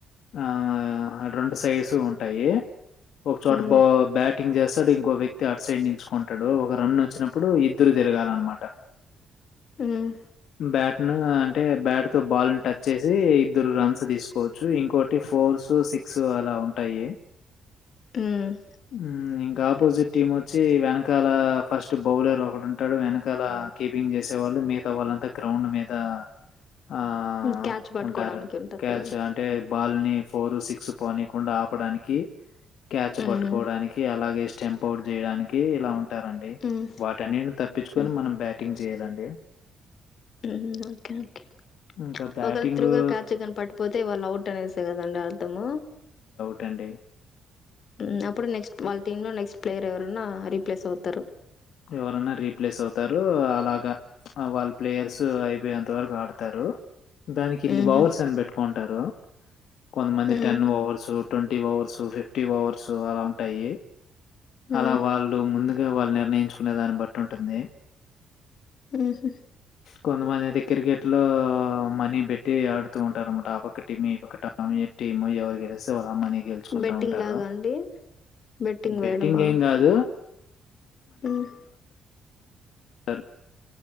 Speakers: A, on the left; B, on the left.
A: ఆ రెండు సైడ్స్ ఉంటాయి ఒక చోట
B: హ్మ్.
A: బౌ బ్యాటింగ్ చేస్తాడు ఇం ఒ వ్యక్తి అట్ సైడ్ నిల్చుకుంటాడు ఒక రన్ వచ్చినప్పుడు ఇద్దరు తిరగాలన్నమాట
B: హ్మ్మ్
A: బ్యాట్ ను అంటే బ్యాట్ తో బాల్ ను టచ్ చేసి ఇద్దరు రన్స్ తీసుకోవచ్చు ఇంకోటి ఫోర్స్ సిక్స్ అలా ఉంటాయి.
B: హ్మ్మ్
A: హ్మ్. ఇంకా ఆపోజిట్ టీమ్ వచ్చి వెనకాల ఫస్ట్ బౌలర్ ఒకటి ఉంటాడు వెనకాల కీపింగ్ చేసే వాళ్ళు మిగతా వాళ్ళు అంతా గ్రౌండ్ మీద ఆ
B: హ్మ్. క్యాచ్ పట్టుకోవడానికి
A: ఉంటారు క్యాచ్
B: కదా!
A: అంటే బాల్ని ఫోర్ సిక్స్ పోనీయకుండా ఆపడానికి క్యాచ్
B: హ్మ్.
A: పట్టుకోవడానికి అలాగే స్టెంప్ అవుట్ చేయడానికి ఇలా ఉన్ ఉంటారండి
B: హ్మ్.
A: వాటిన్నిటిని తప్పించుకొని
B: హ్మ్.
A: మనం బ్యాటింగ్ చేయాలండి
B: హ్మ్మ్ క్యాచ్ ఓకే ఓకే
A: ఇంకా బ్యాటింగు
B: ఒకవళ తిరుగుగా క్యాచికన్ పట్టిపోతే వాళ్ళు అవుట్ అనేసా కదండి అర్ధము.
A: టండీ
B: హ్మ్మ్ అప్పుడు నెక్స్ట్ వాళ్ళ టీమ్ లో నెక్స్ట్ ప్లేయర్ ఎవరన్నా రీప్లేస్ అవుతారు
A: ఎవరన్నా రీప్లేస్ అవుతారు అలాగా ఆ వాళ్ళ ప్లేయర్స్ అయిపోయేంత వరకు ఆడతారు. దానికి ఇన్ని
B: హుహు.
A: ఓవర్స్ అని పెట్టుకుంటారు కొంతమంది
B: హ్మ్.
A: Ten overs twenty overs fifty overs అలా ఉంటాయి
B: హ్మ్.
A: అలా వాళ్ళు ముందు వాళ్ళు నిర్ణయించు కునే దాన్ని బట్టి ఉంటుంది
B: హ్మ్మ్
A: కొంతమంది అయితే క్రికెట్ లో మనీ పెట్టి ఆడుతూ ఉంటారు అనమాట ఆ పక్క టీమిక్క టీమ్ ఎవరు గెలిస్తే వాళ్ళ మనీ. గెలుచుకుంటా
B: బెట్టింగ్
A: ఉంటారు.
B: లాగా అండి బెట్టింగ్
A: అది
B: వేయడమా
A: ఏం గాదు.
B: మ్మ్
A: సారు